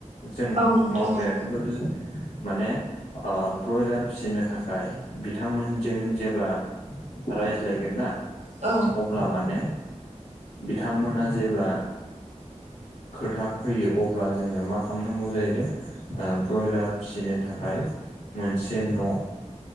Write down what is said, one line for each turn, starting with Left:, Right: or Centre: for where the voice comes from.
Left: जों
Right: औ नोंथां
Left: मावफेरयाखैबो माने ब्रयलार फिसिनो थाखाय बिथांमोनजों जेब्ला रायस लायगोन ना।?
Right: औ
Left: अब्ला माने बिथांमोना जेब्ला खोथा होयो अब्ला जोंङो मा। खालामनांगौ जाहैदों ब्रयलार फिसिनो थाखाय मोनसे न'